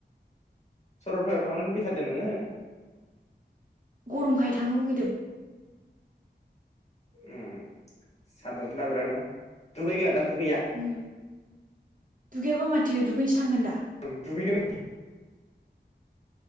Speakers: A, on the left; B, on the right.
A: सरलपारायाव थांनो लुबैथारदों नोङो?
B: गरमखाय थांनो लुुबैदों।
A: ओम सान्दुंथ'ना बिरादनो दुगैगोन? दुगैया?
B: उम दुगैयाबा माथो दगैनसो थांगोन दा।
A: <unintelligible> दुगैला